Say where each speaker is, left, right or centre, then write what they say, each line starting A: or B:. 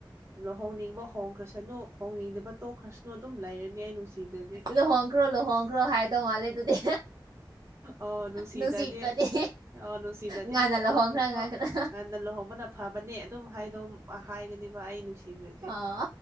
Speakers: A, on the right; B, on the right.
A: ꯂꯨꯍꯣꯡꯅꯤꯡꯕ ꯍꯣꯡꯈ꯭ꯔꯁꯅꯨ ꯍꯣꯡꯅꯤꯡꯗꯕ ꯇꯣꯛꯈ꯭ꯔꯁꯅꯨ ꯑꯗꯨꯝ ꯂꯩꯔꯅꯤ ꯑꯩ ꯅꯨꯡꯁꯤꯗꯗꯤ
B: ꯂꯨꯍꯣꯡꯈ꯭ꯔꯣ ꯂꯨꯍꯣꯡꯈ꯭ꯔꯣ ꯍꯥꯏꯗꯧ ꯃꯥꯜꯂꯦ ꯑꯗꯨꯗꯤ
A: ꯑ ꯅꯨꯡꯁꯤꯗꯗꯤ
B: ꯅꯨꯡꯁꯤꯗ꯭ꯔꯗꯤ
A: ꯑꯣ ꯅꯨꯡꯁꯤꯗꯗꯤ
B: ꯉꯥꯟꯅ ꯂꯨꯍꯣꯡꯈ꯭ꯔ
A: ꯂꯨꯍꯣꯡꯈ꯭ꯔꯣ
B: ꯉꯥꯟꯈ꯭ꯔ
A: ꯉꯅ ꯂꯨꯍꯣꯡꯕꯅ ꯐꯕꯅꯦ ꯑꯗꯨꯝ ꯍꯥꯏ ꯑꯗꯨꯝ ꯍꯥꯏꯒꯅꯦꯕ ꯑꯩ ꯅꯨꯡꯁꯤꯗ꯭ꯔꯗꯤ
B: ꯑꯣ